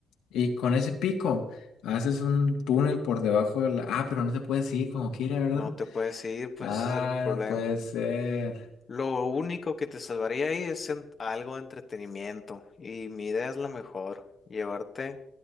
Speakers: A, on the left; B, on the left.
A: y con ese pico haces un túnel por debajo de la... Ah, pero no se puede seguir como quiera, ¿verdad?
B: no te puedes ir, pues
A: Ah,
B: ese es el problema.
A: no puede ser.
B: Lo único que te salvaría ahí es en- algo de entretenimiento. Y mi idea es la mejor. Llevarte